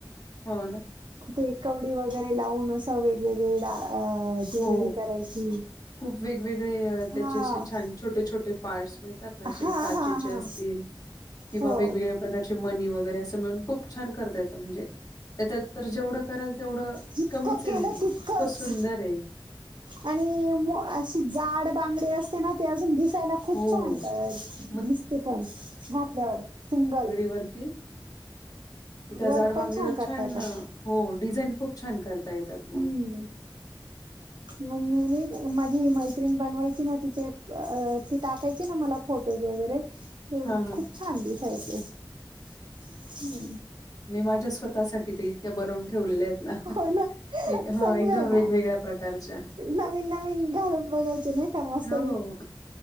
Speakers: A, on the left; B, on the right.
A: हो ना?
B: ते कवडी वगैरे लावून असं वेगवेगळे दा अ -ज्वेलरी
A: हो.
B: करायची.
A: खूप वेगवेगळे त्याचे
B: हा
A: असे छान छोटे छोटे- पार्टस मिळतात ना असे
B: हा
A: काचेचे
B: हा हा
A: असतील किंवा
B: हो
A: वेग वेगळ्या प्रकार - -चे मणी वगैरे असं मिळून, खूप छान करता येतं म्हणजे? त्याच्यात तर जेवढं कराल तेवढं
B: जितकं
A: कमीचे
B: केलं
A: म्हणजे,
B: तितकंच
A: इतकं सुंदरे.
B: आणि मो अशी जाड बांगडी असते ना? ते अजून दिसायला- खूप
A: हो.
B: छान
A: मग
B: दिसते पण, घातल्यावर सिंगल.
A: वरती? त्या
B: वर्क
A: जाड बांगडीवर
B: पण करता
A: छान,
B: येतात.
A: हो. डिझाईन खूप छान करता येतात मग.
B: हम्म.
A: <inaudible>
B: म मी नाही. माझी मैत्रिण बनवायची ना? तिचे ती टाकायची ना मला- फोटोज वगैरे, ते
A: हां, हां.
B: खूप छान दिसायचे. हं.
A: मी माझ्या स्वतःसाठी तर इतक्या बनवून ठेवलेल्या आहेत.
B: हो ना
A: कि, हा.
B: चांगलंय
A: एकदम वेगवेगळ्या
B: ना.
A: प्रकारच्या.
B: नवीन नवीन घालून बघायचे नाही का मस्त
A: हो.